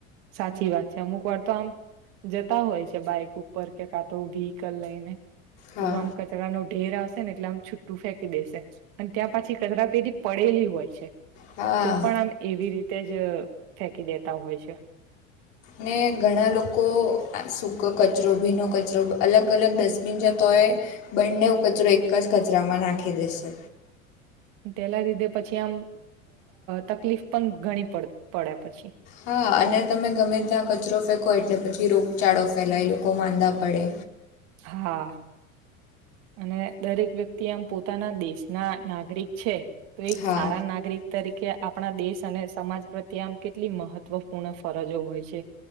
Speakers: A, on the right; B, on the left.
A: સાચી વાત છે. અમુક વાર તો આમ જતા હોય છે, બાઈક ઉપર કે કાં તો વ્હીકલ લઈને પેલું
B: હા
A: આમ કચરા ન ઢેર આવશે, ને એટલે આમ છુટ્ટું ફેંકી દેશે અને ત્યાં પછી કચરા પેડી પડેલી હોય છે,
B: હા
A: તો પણ આમ એવી રીતે જ અ ફેંકી દેતા હોય છે.
B: ને ઘણા લોકો આ સુૂક કચરો, ભીનો કચરો અલગ અલગ ડસ્ટબિન છે તો ભએ બંને કચરો એક જ કચરામાં નાખી દેશે
A: તેલા લીધે પછી આમ તકલીફ પણ ઘણી પડ પડે પછી.
B: હા, અને તમે ગમે ત્યાં કચ રો કચરો ફેંકો એટલે, પછી રોગચાળો ફેલાય લોકો માંંધા પડે
A: હા. અને દરેક વ્યક્તિ આમ પોતાના દેશના નાગરિક છે. તો, એક
B: હા
A: સારા નાગરિક તરીકે આપણા દેશ અને સમાજ પ્રતે આમ કેટલી મહત્વપૂર્ણ ફરજો હોય છે